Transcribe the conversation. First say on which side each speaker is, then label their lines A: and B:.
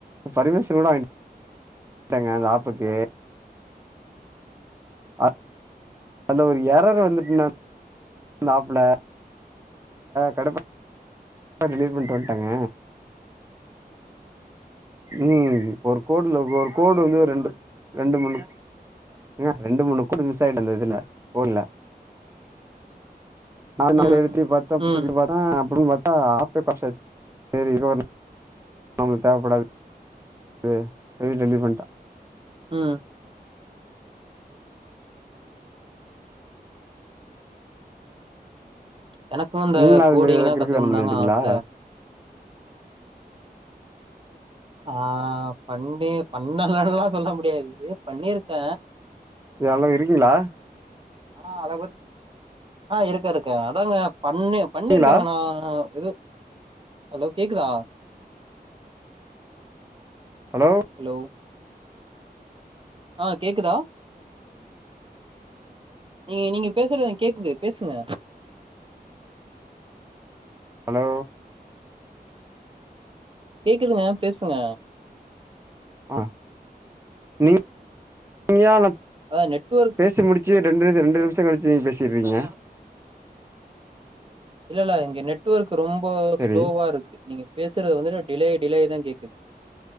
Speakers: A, on the right; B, on the right.
A: பர்மிஷன் கூட வாங்கிட்டேங்க அந்த ஆப்புக்கு அ அதுல ஒரு எரரு வந்துட்டுனா ஆப்ல கடைப்ப டெலிவரி பண்ணிட்டு வந்துட்டாங்க ம் ஒரு கோடுல ஒரு கோடு வந்து ரெண்டு ரெண்டு மேனு ன்ன ரெண்டு மூணு கூட மிஸ் ஆயிடுந்தில்ல போடுல நா
B: ம், ம்,
A: எடுத்து பாத்தாப் புட்டுக்கு
B: ம்,
A: பாத்தாப் ம் பாத்தா ஆப்பேபர்சாட் செரி இகோன்னு நமக்கு தேவைப்படாது இது சரி டெலி பண்டா
B: அ எனக்கு இந்த
A: நீங்களும் அது
B: கோடிங்
A: மாதிரி ஏதாவது
B: எல்லா
A: கிறுக்கு
B: கத்துக்குணு
A: தானே பண்ணிடுறீங்களா
B: தாங்க ஆச ஆ பண்ணி பண்ணலல்லா சொல்ல முடியாது பண்ணிருக்க
A: இத எல்லா இருக்கீங்ளா
B: ஆனா அத பத் ஆ இருக்கு இருக்கு அதாங்க பண்ணி
A: இருக்கீங்களா
B: பண்ணிருக்கேங்க நா எது ஹலோ கேக்குதா
A: ஹலோ
B: ஹலோ ஆ கேக்குதா நீ நீங்க பேசுறது எனக்கு கேக்குது பேசுங்க
A: ஹலோ
B: கேக்குதுங்க பேசுங்க
A: ஆ நீங் நீயானப்
B: அதா நெட்வொர்க்
A: பேசி முடிச்சி ரெண்டு நிமிஷ ரெண்டு நிமிஷோ கழிச்சி நீங்க பேசிறீங்க
B: இல்லல்ல இங்க நெட்வொர்க் ரொம்ப
A: சரி
B: ஸ்லோவா இருக்கு நீங்க பேசுற வந்து டிலேயி டிலே தா கேக்குது